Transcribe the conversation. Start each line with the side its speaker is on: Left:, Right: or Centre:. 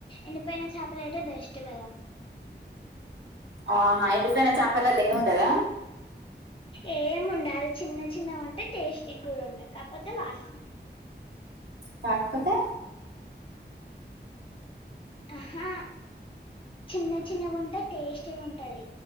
Left: ఎండిపోయిన చేపల అయితే బెస్ట్ కదా
Right: ఆహా ఎండిపోయిన చేపలల్లో ఏముండద
Left: ఏం ఉండాదు చిన్న చిన్నగా ఉంటే టేస్టి గూడ ఉంటయ్ కాపోతే వాసన
Right: కాకపోతే
Left: ఆహా చిన్న చిన్నగా ఉంటే టేస్ట్ ఉంటది